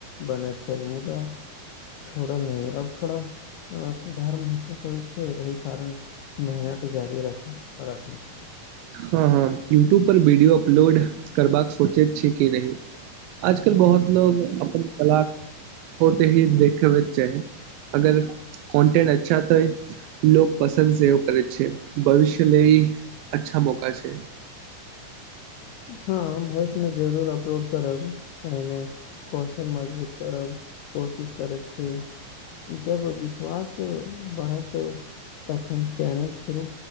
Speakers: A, on the left; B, on the right.
A: बनैत छल मुदा छोड़ल नहि अब थोड़ा सुधार महसूस होइत छै एहि कारण मेहनत जारी रख राखै छी।
B: हँ हँ यूट्यूब पर वीडियो अपलोड करबाक सोचैत छै कि नहि आजकल बहुत लोग अपन तलाक होते ही देखबके चाही अगर कन्टेंट अच्छा तऽ लोग पसन्द सेहो करै छै भविष्य ले इ अच्छा मौका आ छै
A: हँ भविष्य मे जरूर अपलोड करब पहिले कौशल मजबूत करब कोशिश करैत छी जब विश्वास बढ़त तखन चैनल शुरू